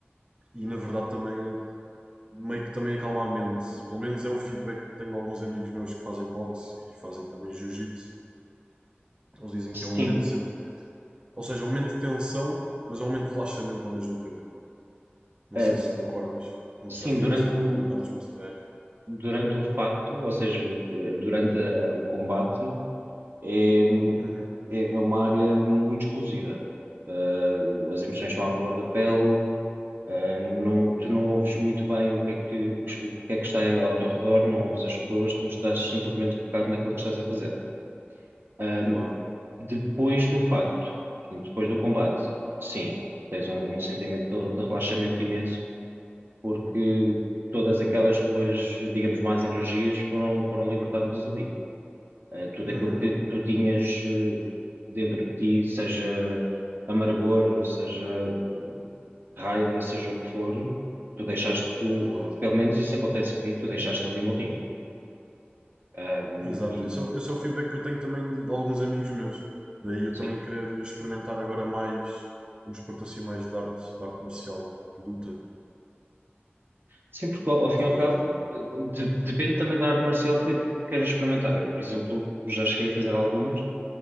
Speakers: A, on the right; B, on the right.
A: e na verdade também meio que também acalma a mente. Pelo menos é o feedback que eu tenho de alguns amigos meus que fazem boxe e fazem também jiu-jitsu. Eles dizem que
B: Sim,
A: é um momento sempre, ou seja, é um momento de tensão, mas é um momento de relaxamento ao mesmo tempo. Não
B: uh,
A: sei se concordas, como
B: sim,
A: tu já fizeste
B: durante
A: de
B: o,
A: lu- artes marciais.
B: durante o facto, ou seja, uh, durante a- o combate, é,
A: Uhum,
B: é, é uma área muito explosiva. Uh, o- as emoções estão à flor da pele, uh, não, tu não ouves muito bem o que é que, o que é que está ao teu redor, não ouves as pessoas, tu estás simplesmente focado naquilo que estás a fazer. Eh,
A: claro.
B: depois do facto, portanto, depois do combate, sim, tens um, um sentimento de, de relaxamento imenso, porque todas aquelas tuas, digamos, más energias foram, foram libertadas ali. Eh, tudo
A: Uhum,
B: aquilo que tu tinhas eh, dentro de ti, seja amargor, seja raiva, seja o que for, tu deixaste,
A: claro.
B: pelo menos isso acontece comigo, tu deixaste ali no ringue. Ah,
A: Exato.
B: e
A: Esse é, o, esse é o feedback que eu tenho também de alguns amigos meus. Daí eu
B: sim.
A: também querer experimentar agora mais um desporto assim mais de arte, de arte marcial, de luta.
B: Sim, porque ao ao fim e
A: E.
B: ao cabo eh, de- depende também da arte marcial que, que queiras experimentar. Eu, por exemplo, já cheguei a fazer algumas.